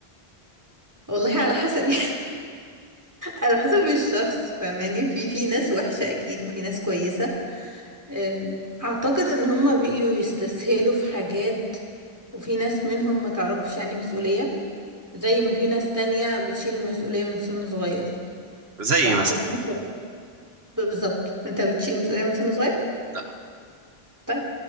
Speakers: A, on the right; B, on the right.
A: والله على حسب <laughs> يعني على حسب الشخص فاهماني في في ناس وحشة أكيد وفي ناس كويسة آه أعتقد إن هما بقيوا يستسهلوا في حاجات وفي ناس منهم ما تعرفش يعني مسؤولية زي ما في ناس تانية بتشيل المسؤولية من سن صغير
B: <laughs> زي
A: فعلى
B: مثلا
A: حسب بالظبط انت بتشيل مسؤولية من سن صغير
B: لا
A: طيب